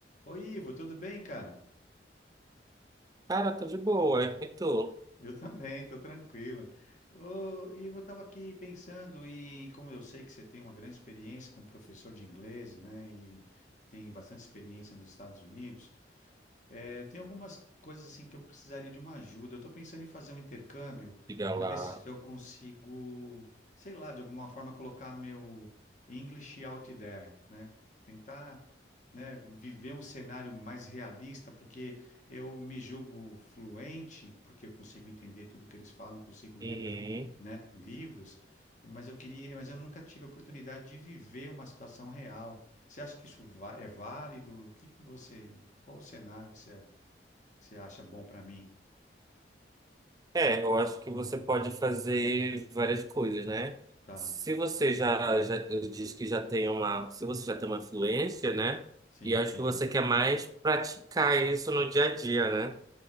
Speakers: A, on the left; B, on the right.
A: Oi, Ivo, tudo bem, cara?
B: Cara, tá de boa. E tu?
A: Eu também, tô tranquilo. Ô, Ivo, eu tava aqui pensando e como eu sei que você tem uma grande experiência como professor de inglês, né, e tem bastante experiência nos Estados Unidos, É, tem algumas coisas assim que eu precisaria de uma ajuda. Eu estou pensando em fazer um intercâmbio
B: Diga
A: para
B: lá.
A: ver se eu consigo, sei lá, de alguma forma colocar meu English out there, né? Tentar, né, viver um cenário mais realista, porque eu me julgo fluente, porque eu consigo entender tudo que eles falam, consigo ler,
B: Uhum.
A: o que- né, livros, mas eu queria, mas eu nunca tive a oportunidade de viver uma situação real. Você acha que isso va- é válido? O que que você qual o cenário que você, que você acha bom para mim?
B: É, eu acho que você pode fazer várias coisas, né?
A: Tá,
B: Se você já, já diz que já tem uma, se você já tem uma influência, né?
A: sim,
B: E acho
A: tenho.
B: que você quer mais praticar isso no dia a dia, né?